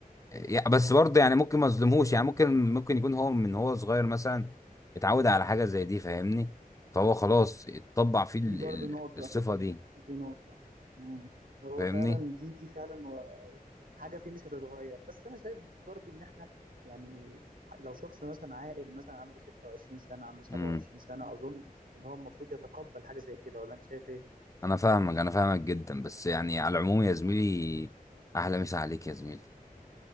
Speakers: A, on the left; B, on the right.
A: يا- بس برضه يعني ممكن ما اظلمهوش
B: اسمع
A: يعني ممكن ممكن يكون هو من هو صغير مثلا اتعود على حاجه زي دي فاهمني فهو خلاص اتطبع فيه
B: دي
A: ال-
B: برضو
A: ال-
B: نقطة
A: الصفه دي
B: دي نقطة مم. هو
A: فاهمني
B: فعلا دي دي فعلا و- حاجة فيه مش هتتغير بس أنا شايف برضو إن إحنا يعني لو شخص مثلا عاقل مثلا عنده 26 سنة عنده 27
A: امم
B: سنة أظن إن هو المفروض يتقبل حاجة زي كده ولا أنت شايف إيه؟
A: انا فاهمك انا فاهمك جدا بس يعني على العموم يا زميلي احلى مسا عليك يا زميلي